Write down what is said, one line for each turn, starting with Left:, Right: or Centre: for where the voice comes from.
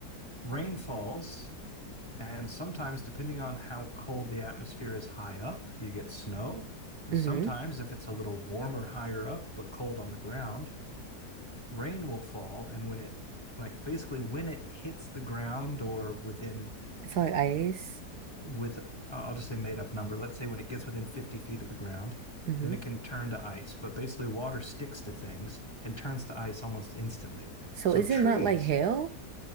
Left: rain falls, and sometimes depending on how cold the atmosphere is high up, you get snow. And
Right: Mm-hmm.
Left: sometimes if it's a little warmer higher up but cold on the ground, rain will fall and when it like basically when it hits the ground or within
Right: It's like ice.
Left: with I'll just say made up number let's say when it gets within 50 feet of the ground
Right: Mm-hmm.
Left: then it can turn to ice but basically water sticks to things and turns to ice almost instantly
Right: So
Left: so
Right: is
Left: trees
Right: it not like hail?